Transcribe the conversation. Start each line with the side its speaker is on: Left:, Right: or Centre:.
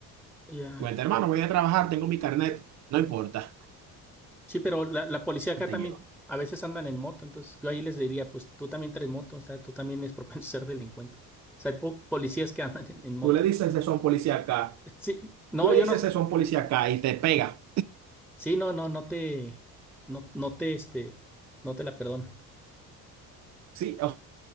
Centre: ya.
Right: delincuente. Hermano, voy a trabajar, tengo mi carnet, no importa.
Centre: Sí, pero la, la policía acá
Right: Y te
Centre: también
Right: llevan.
Centre: a veces andan en moto, entonces yo ahí les diría, pues tú también traes moto, o sea, tú también eres <laughs> propenso a ser delincuente. O sea, hay po- policías que andan en, en moto.
Right: Tú le dices eso a un policía acá,
Centre: Sí, no,
Right: tú le
Centre: yo
Right: dices
Centre: no,
Right: eso a un policía acá y te pega.
Centre: sí, no, no, no te, no, no te, este, no te la perdonan.
Right: Sí, o